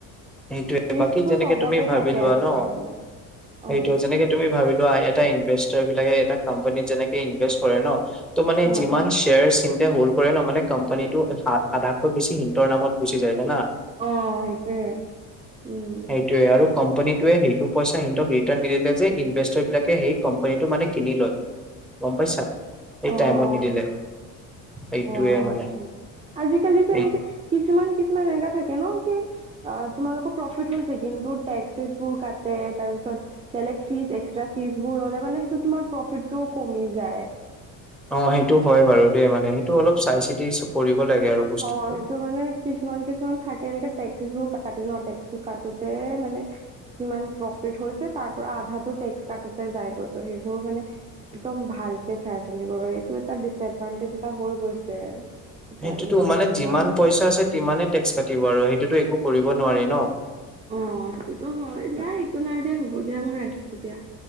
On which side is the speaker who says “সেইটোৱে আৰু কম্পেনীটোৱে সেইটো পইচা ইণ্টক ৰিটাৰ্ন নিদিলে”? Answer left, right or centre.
Centre